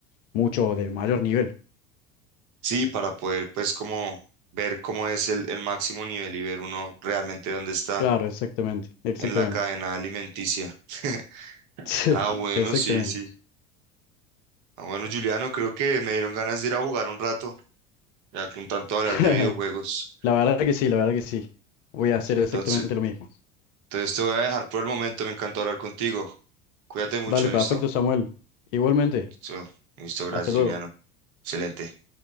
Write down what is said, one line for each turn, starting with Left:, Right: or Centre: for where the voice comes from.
Left: mucho de mayor nivel.
Right: sí, para poder pues como ver cómo es el, el máximo nivel y ver uno realmente dónde está
Left: Claro, exactamente, exactamente.
Right: en la cadena alimenticia. <laughs>
Left: <laughs>
Right: Ah, bueno,
Left: Exactamente.
Right: sí, sí. Ah, bueno, Juliano, creo que me dieron ganas de ir a jugar un rato, ya con tanto hablar
Left: <laughs>
Right: de videojuegos.
Left: La verdad que sí, la verdad que sí. Voy a hacer exactamente
Right: Entonces,
Left: lo mismo.
Right: entonces te voy a dejar por el momento, me encantó hablar contigo. Cuídate mucho,
Left: Dale,
Right: ¿listo?
Left: perfecto, Samuel. Igualmente,
Right: Listo, listo, gracias,
Left: hasta luego.
Right: Juliano. Excelente.